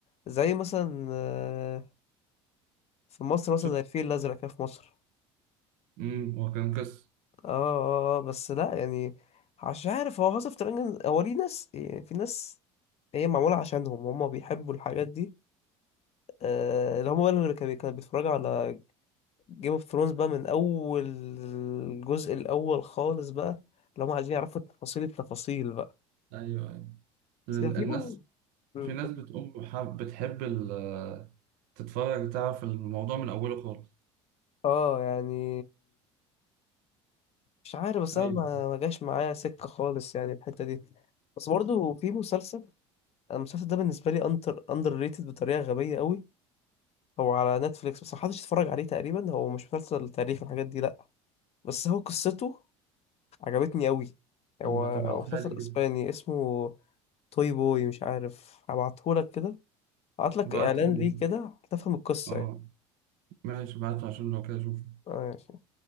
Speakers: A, on the left (about 45°); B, on the right (about 65°).
A: زي مثلا آه، في مصر مثلا
B: شفت
A: زي الفيل الازرق كده في مصر
B: امم هو كان قصة
A: اه اه آه، بس لا يعني مش عارف هو هاوس اوف دراجون هو ليه ناس يعني في ناس هي معمولة عشانهم هم بيحبوا الحاجات دي آه اللي هم بقى اللي كانوا كانوا بيتفرجوا على جيم اوف ثرونز بقى من اول الجزء الاول خالص بقى اللي هم عايزين يعرفوا التفاصيل التفاصيل بقى
B: ايوه ايوه لأن
A: بس كان في
B: الناس
A: بقى مم،
B: في
A: كان-
B: ناس بتقوم حب بتحب ال- تتفرج تعرف الموضوع من أوله خالص
A: اه يعني مش عارف بس انا
B: أيوه
A: ما ما جاش معايا سكة خالص يعني الحتة دي بس برضه في مسلسل المسلسل ده بالنسبة لي اندر اندر ريتد بطريقة غبية قوي هو على نتفليكس بس محدش اتفرج عليه تقريبا هو مش مسلسل تاريخ والحاجات دي لأ بس هو قصته عجبتني قوي
B: طب
A: هو
B: ما
A: هو
B: تبعتها
A: مسلسل
B: لي كده
A: اسباني اسمه توي بوي مش عارف هبعتهولك كده هبعتلك
B: بعت
A: اعلان
B: لي
A: ليه كده هتفهم القصة
B: اه
A: يعني
B: ماشي بعتها عشان لو كده أشوف
A: آه،